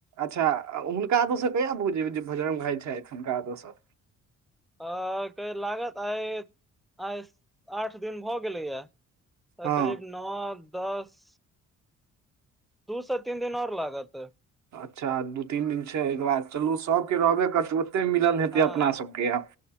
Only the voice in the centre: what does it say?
हं लागत आइ आइ आठ दिन भऽ गेलैया त
करीब नौ दस दू से तीन दिन और लागत
हँ